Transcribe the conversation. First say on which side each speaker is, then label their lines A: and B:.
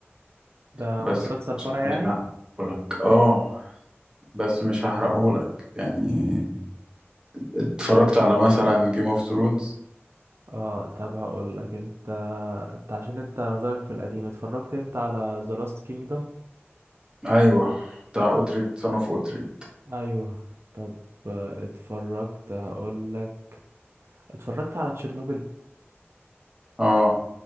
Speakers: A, on the right (about 65°); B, on the right (about 20°).
A: ده
B: بس
A: مسلسل
B: مش
A: فرع يعني
B: مش هحرقهولك اه بس مش هحرقهولك يعني اتفرجت على مثلا جيم اوف ثرونز
A: اه طب هقول لك انت انت عشان انت مزاجك في القديم اتفرجت انت على ذا لاست كينجدم
B: ايوه بتاع اوتريد صنف اوتريد
A: ايوه طب آه، اتفرجت هقول لك اتفرجت على تشيرنوبل
B: اه